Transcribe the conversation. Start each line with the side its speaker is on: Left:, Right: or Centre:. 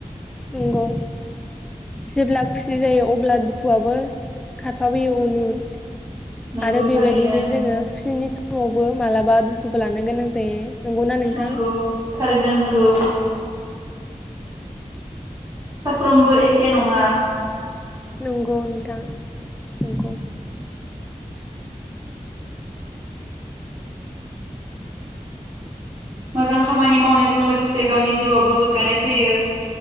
Centre: नंगौ जेब्ला खुसि जायो अब्ला दुखुआबो खारफाबोयो उन-उन
Right: नंगौ
Centre: आरो बेबायदिनो
Right: थारैनो
Centre: जोंङो खुसिनि स उंङावबो मालाबा दुखुबो लानो गोनां जायो। नंगौना नोंथां
Right: नंगौ थारैनो नंगौ। सफ्रोमबो एखे नंङा।
Centre: नंगौ नथां नंगौ।
Right: मोजां खामानि मावनायजों लोगोसे गावनि जिउआवबो गोग्गानाय फैयो।